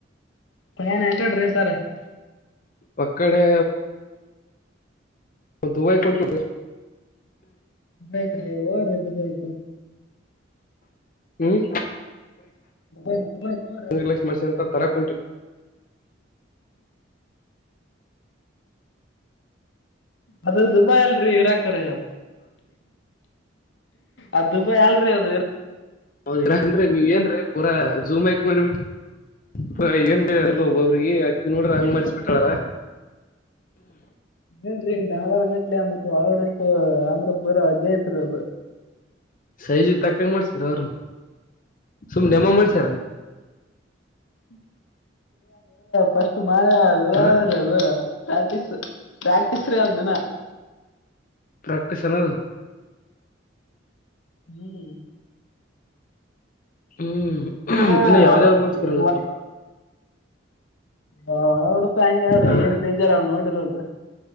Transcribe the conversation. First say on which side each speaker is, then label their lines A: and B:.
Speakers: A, on the left (about 85°); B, on the left (about 45°).
A: ಪಯನ್ ಆಕಾಡ್ರಿ ಸರ್
B: ಪಕ್ಕಡೆ ದುಬೈ ಕ ಚು
A: ಯತ್ ರದುಯ್ತು
B: ಹ್ಮ್
A: ದುಬೈ ದುಬೈ ಹೋಗ್ರಿ
B: ಚಕ್ಷ್ಮ ಮಸ ಅಂತ ತರ <inaudible>
A: ಅದು ದುಬ ಎಲ್ರಿ ಇರಾಕ್ರೀ ಅದ ಅದು ದುಬ ಎಲ್ರಿ ಅ
B: ಹೌದ ಅಂದ್ರೆ ನೀವ್ ಏನ್ ಪೂರಾ ಜೂಮ್ ಹಾಕ್ ಮಾಡಿಬಿಟ್ರ ಏನ್ ಒಬ್ಬೊಬ್ರಿಗೆ ಅಕಿ ನೋಡ್ರಿ ಹಂಗ್ ಮಾಡ್ಸಬ ಬಿಟ್ಟಾಳಲ್ಲ
A: ಏನ್ರಿ ಡಾಲರ್ ಗಟ್ಲಿ ಮತ್ತೆ ಅವಡ ಇ ಆಂದಧ್ರ ಪರ ಜಯತ್ರ್ಬ
B: ಸೈಜು ತಕ್ಕಂಗ ಮಾಡ್ಸ್ಯಾರ ಅವ್ರನ್ನ ಸುಮ್ಮ್ ನೆಮ್ಮ ಮಾಡ್ಸ್ಯಾರ
A: ಹ್ಮ ಫಸ್ಟ್ ಮಾಳ ಅರ
B: ಹಾ
A: ಅದು ಪ್ರಾಕ್ಟಿಸಸ್ ಪ್ರಾಕ್ಟಿಸಸ್ ಅಂದನ
B: ಮಪ್ಪ ಚನದು
A: ಹ್ಮ್
B: ಹ್ಮ್
A: ಹಾ
B: ಇನ್ನು ಯಾವ್ದ ಯಾವಾಗ ಮಾಡ ಸ್ಥರಂಗತರುಪ
A: ಈ ಹಾ ಉಡುಪಾ ಹೆಂಗಗೆ ಅವಾವ್ರಿ
B: ಹಾ
A: ಏನ್ ಡೇಜರ್ ಅವ್ ನೋಡಿರಲ್ರರಿ